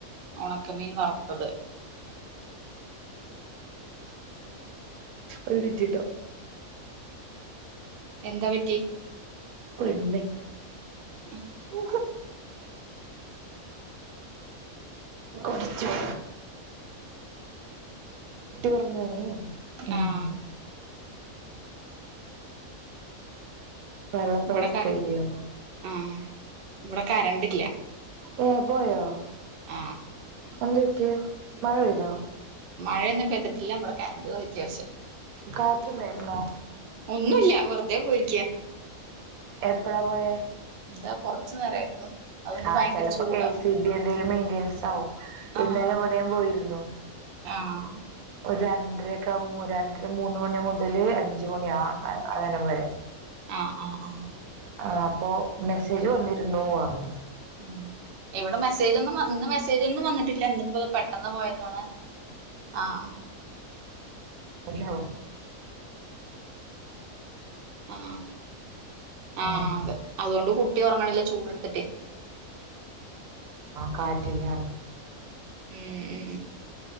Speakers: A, on the right; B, on the right.
A: ഉണക്ക മീൻ വറുത്തത്
B: ഒരു വിട്ടിട്ടോ
A: എന്താ പറ്റി
B: പെണ്ണ്
A: ഉ
B: ഉ കുട്ടി ഉറങ്ങണേ ഉം
A: ആഹ്
B: വെള്ളപ്പയർുപ്പരിയോ
A: ഇവിടെക്ക ആഹ് ഇവിടെ കരണ്ടില്ല
B: എ പോയോ
A: ആ
B: ഒന്തേത്തിയോ മഴ പെയ്താ
A: മഴയൊന്നും പെയ്ട്ടില്ല നമ്മടെ കറണ്ട് പോയിരിക്ക പക്ഷെ
B: കാറ്റുണ്ടായിരുന്നോ
A: ഒന്നുമില്ല വെറുതെ പോയി
B: എപ്പഴാ പോയെ
A: ഇതാ കൊറച്ചു നേരായിട്ടുള്ളു അതുകൊണ്ട്
B: ആഹ്
A: ഭയങ്കര
B: ചെലപ്പം
A: ചൂടാ
B: കെ സി ബി എന്തേലും മെയിന്റയിൻസ് ആവും ഇന്നലെ
A: ആഹ്
B: ഇവിടെയും പോയിരുന്നു
A: ആഹ്
B: ഒരു രണ്ടരക്കെവു രണ്ടര മൂന്ന് മണി മുതൽ അഞ് അഞ്ച് മണി അങ്ങനെ വരെ
A: ആ ആഹ് ആ
B: ആ അപ്പൊ മെസ്സേജ് വന്നിരുന്നു അറഞ്ഞു
A: ഉം ഇവിടെ മെസ്സേജ് ഒന്നും ഇന്ന് മെസ്സേജ് ഒന്നും വന്നിട്ടില്ല ഇന്നിപ്പോ പെട്ടെന്ന് പോയതാണ് ആഹ്
B: ഹലോ
A: ആ ആഹ്
B: ഉം
A: അതെ അതുകൊണ്ട് കുട്ടി ഒറങ്ങ്ണില്ല ചൂട്ട്ടുത്തിട്ട്
B: കാറ്റില്ല
A: ഉ ഉ